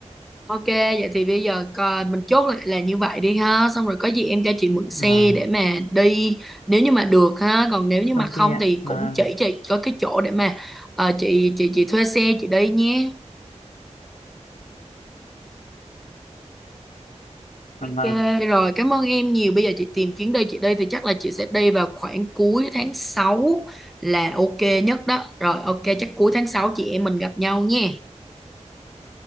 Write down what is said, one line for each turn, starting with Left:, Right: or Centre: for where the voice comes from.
Centre: Ok, vậy thì bây giờ coi, mình chốt lại là như vậy đi ha. Xong rồi có gì em cho chị mượn xe
Left: vâng
Centre: để mà đi nếu như mà được ha. Còn nếu như
Left: ok
Centre: mà không
Left: ạ
Centre: thì
Left: vâng
Centre: cũng chỉ chị có cái chỗ để mà ờ, chị chị chị thuê xe chị đi nhé. Ok
Left: vâng
Centre: rồi, cảm ơn em nhiều. Bây giờ chị tìm chuyến đi chị đi thì chắc là chị sẽ đi vào khoảng cuối tháng 6 là ok nhất đó. Rồi ok, chắc cuối tháng 6 chị em mình gặp nhau nha.